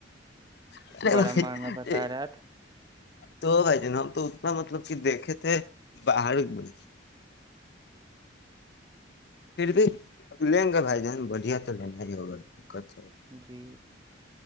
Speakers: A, on the left; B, on the right.
A: ارے
B: بڑا
A: بھائی
B: مہنگا بتا رہا تھا
A: تو بھائی جان ہم تو اتنا مطلب کہ دیکھے تھے باہر میں پھر بھی لیں گے بھائی جان بڑھیا تو لینا ہی ہوگا دقت ہے
B: جی